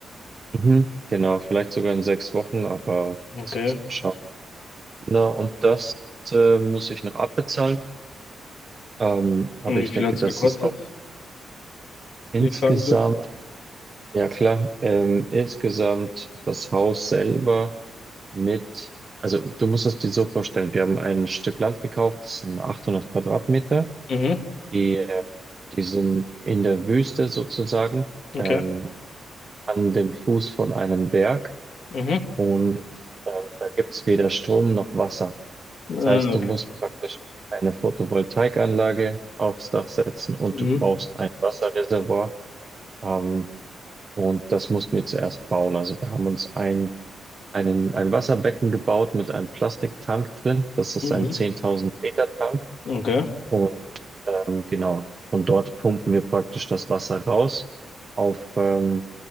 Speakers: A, on the right; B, on the left.
A: Mhm. Genau, vielleicht sogar in sechs Wochen, aber
B: Okay.
A: das müssen wir schauen. Genau, und das äh, muss ich noch abbezahlen. Ähm, aber
B: Und wie
A: ich
B: viel
A: denke,
B: hat's
A: das
B: gekostet?
A: ist auch insgesamt.
B: wenn Ich fragen dürfte.
A: Ja, klar. Ähm, insgesamt das Haus selber mit, also du musst es dir so vorstellen, wir haben ein Stück Land gekauft, das sind 800 Quadratmeter,
B: Mhm,
A: die, äh, die sind in der Wüste sozusagen,
B: okay.
A: ähm, an dem Fuß von einem Berg
B: Mhm.
A: und ähm, da gibt es weder Strom noch Wasser.
B: Ah,
A: Das heißt,
B: okay.
A: du musst praktisch eine Photovoltaikanlage aufs Dach setzen und
B: Mhm.
A: du brauchst ein Wasserreservoir. Ähm, und das mussten wir zuerst bauen. Also wir haben uns ein einen, ein Wasserbecken gebaut mit einem Plastiktank drin. Das ist
B: Mhm.
A: ein 10.000 Liter Tank.
B: Okay.
A: Und ähm, genau, von dort pumpen wir praktisch das Wasser raus auf ähm,